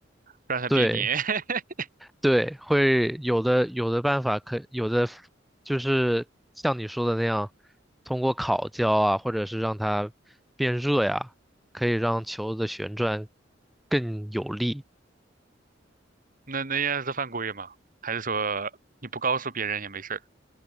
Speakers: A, on the right; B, in the centre.
A: 让它变黏，
B: 对
A: <laughs>
B: 对，会有的有的办法可有的就是像你说的那样，通过烤胶啊，或者是让它变热呀，可以让球的旋转更有力。
A: 那那样是犯规吗？还是说你不告诉别人也没事儿？